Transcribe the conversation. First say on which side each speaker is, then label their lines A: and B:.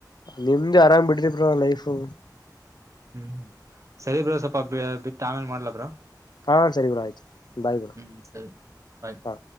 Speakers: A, on the left (about 70°); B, on the right (about 45°).
A: ನಿಮ್ದು ಆರಾಮ್ ಬಿಡ್ರಿ ಬ್ರೋ ಲೈಫು
B: ಹ್ಮ್ ಸರಿ ಬ್ರೋ ಸ್ವಲ್ಪ ಬಿಟ್ಟು ಆಮೇಲೆ ಮಾಡ್ಲ ಬ್ರೋ
A: ಹಾ ಸರಿ ಬ್ರೋ ಆಯ್ತು ಬಾಯ್ ಬ್ರೋ
B: ಹ್ಮ್ ಸರಿ ಬಾಯ್.
A: ಹ